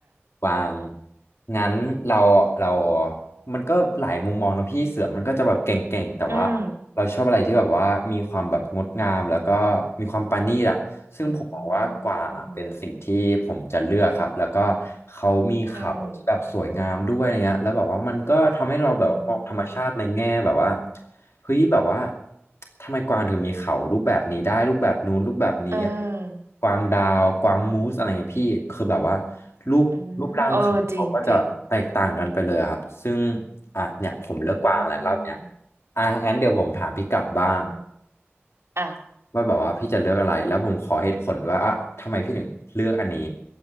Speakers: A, on the left; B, on the right.
A: กวางงั้นเราเรามันก็หลายมุมมองนะพี่เสือมันก็จะแบบเก่งๆแต่ว่า
B: อืม
A: เราชอบอะไรที่แบบว่ามีความแบบงดงามแล้วก็มีความปราณีตอะซึ่งผมมองว่ากว่าเป็นสิ่งที่ผมจะเลือกครับแล้วก็
B: อืม
A: เขามีเขาที่แบบสวยงามด้วยอะไรเงี้ยแล้วแบบว่ามันก็ทำให้เราแบบมองธรรมชาติในแง่แบบว่า
B: อืมอืม
A: เฮ้ยแบบว่าทำไมกวางถึงมีเขารูปแบบนี้ได้รูปแบบนู้นรูปแบบนี้อะไร
B: เออ
A: กวางดาวกวางมูสอะไรเงี้ยพี่คือแบบว่ารูปรูปร่างเขาเขาก็จะแตกต่างกันไปเลยอะครับซึ่ง
B: อืมเออจริงจริง
A: อ่ะเนี่ยผมเลือกกวางแหละรอบเนี้ย
B: อืม
A: อ่ะงั้นเดี๋ยวผมถามพี่กลับบ้าง
B: อ๋ออ่ะ
A: ว่าแบบว่าพี่จะเลือกอะไรแล้วผมขอเหตุผลด้วยอ่ะทำไมพี่ถึงเลือกอันนี้